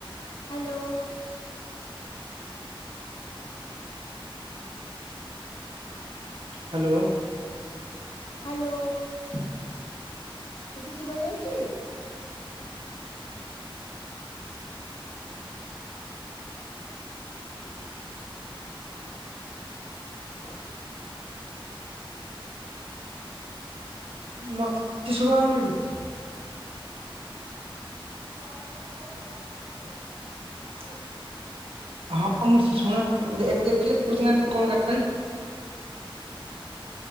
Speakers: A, on the left; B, on the right.
A: ହାଲୋ। <unintelligible>
B: hello.
A: Hello.
B: <inaudible>
A: କିଛି ଶୁବା ଯାଉଚି?
B: <inaudible> ମତେ କିଛି ଶୁବା ଯାଉନି ଦିଦି। କଣ ଗୋଟେ ପରେ ମାନେ ଇଏ ହେଇଗଲା। <unintelligible>